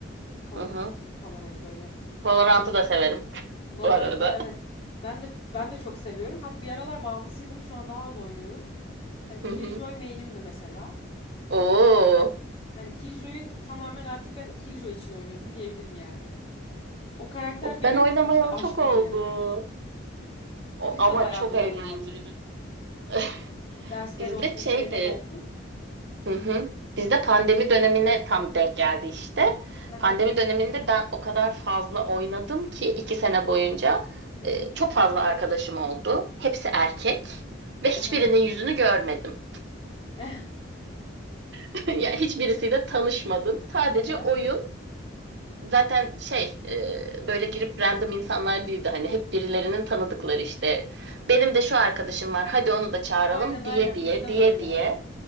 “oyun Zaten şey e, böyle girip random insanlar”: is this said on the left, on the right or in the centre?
Right